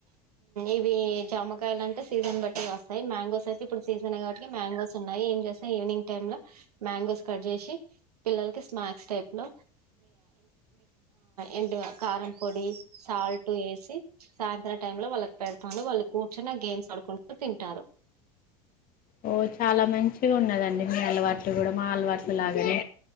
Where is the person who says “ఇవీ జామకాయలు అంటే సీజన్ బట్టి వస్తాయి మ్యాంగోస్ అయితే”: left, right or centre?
Right